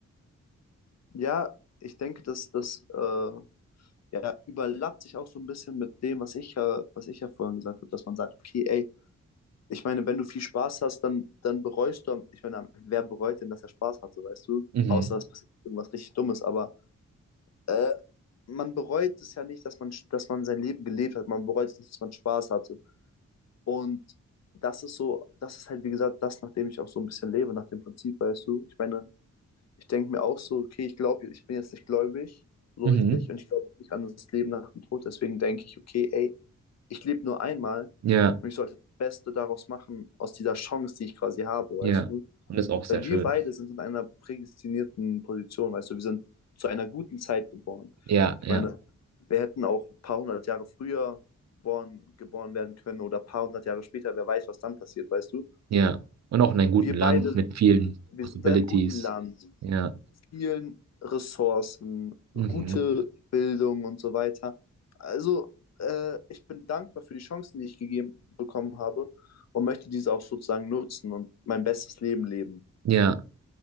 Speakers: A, on the left (about 55°); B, on the right (about 60°).
A: Ja, ich denke, dass das äh, ja, überlappt sich auch so ein bisschen mit dem, was ich ja, was ich ja vorhin gesagt habe, dass man sagt, okay, ey, ich meine, wenn du viel Spaß hast, dann, dann bereust du, am- ich meine, wer bereut denn, dass er Spaß hatte, weißt du?
B: Mhm.
A: Außer es passiert irgendwas richtig Dummes, aber äh, man bereut es ja nicht, dass man, dass man sein Leben gelebt hat, man bereut es nicht, dass man Spaß hatte. Und das ist so, das ist halt, wie gesagt, das, nach dem ich auch so ein bisschen lebe, nach dem Prinzip, weißt du? Ich meine, ich denke mir auch so, okay, ich glaube, ich bin jetzt nicht gläubig, so
B: Mhm.
A: richtig, und ich glaube auch nicht an das Leben nach dem Tod. Deswegen denke ich, okay, ey, ich lebe nur einmal
B: Ja,
A: und ich sollte das Beste daraus machen, aus dieser Chance, die ich quasi habe, weißt
B: ja.
A: du?
B: Und ist auch sehr
A: Weil
B: schön.
A: wir beide sind in einer prädestinierten Position, weißt du, wir sind zu einer guten Zeit geboren.
B: Ja,
A: Ich
B: ja,
A: meine, wir hätten auch ein paar hundert Jahre früher geboren, geboren werden können oder ein paar hundert Jahre später, wer weiß, was dann passiert, weißt du?
B: ja. Und auch in einem guten
A: Wir
B: Land
A: beide
B: mit vielen
A: wir
B: Possibilities.
A: sind in einem guten Land,
B: Ja.
A: vielen Ressourcen, gute
B: Mhm.
A: Bildung und so weiter. Also, äh, ich bin dankbar für die Chancen, die ich gegeben bekommen habe und möchte diese auch sozusagen nutzen und mein bestes Leben leben.
B: Ja.